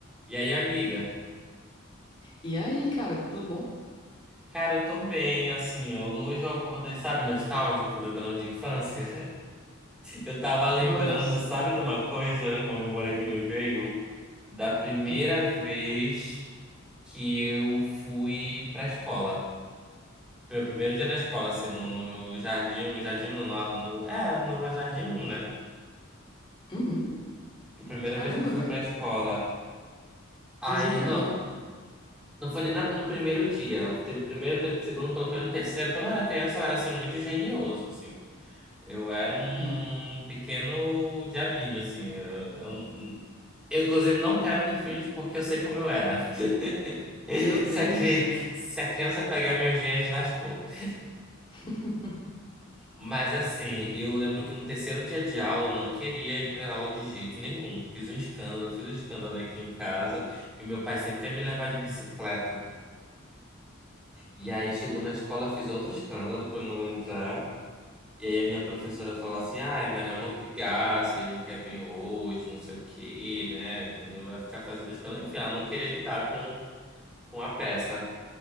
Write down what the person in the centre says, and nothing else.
E aí, amiga?
Cara, eu tô bem, assim, eu, hoje eu acordei, sabe, nostálgico, lembrando de infância. <laughs> Eu tava lembrando,
sabe, de uma coisa, uma memória que me veio, da primeira
vez que eu fui pra escola. Meu primeiro dia na escola, assim, no, no jardim, no jardim, um, no, no, no- é, no jardim um, né?
Que a primeira
vez que eu
fui pra escola. Aí,
não,
não foi nem na- no primeiro dia. Teve primeiro, teve segundo, quando foi no terceiro. Quando eu era criança, eu era, assim, muito genioso, assim. Eu era um
pequeno diabinho, assim. Eu, eu, eu, inclusive, não quero ter filhos porque eu sei como eu era. <laughs>
Se a, cri-
se a criança pegar meus genes, lascou. <laughs>
Mas, assim, eu lembro que no terceiro dia de aula eu não queria ir pra aula de jeito nenhum. Fiz um escândalo, fiz um escândalo aqui em casa e meu pai sempre ia me levar de bicicleta. E aí chegou na escola, fiz outro escândalo pra não entrar. E aí a minha professora falou assim, ah, é melhor não brigar, se ele não quer vir hoje, não sei o quê, né? Não vai ficar fazendo escândalo. Enfim, ela não queria lidar com, com a peça,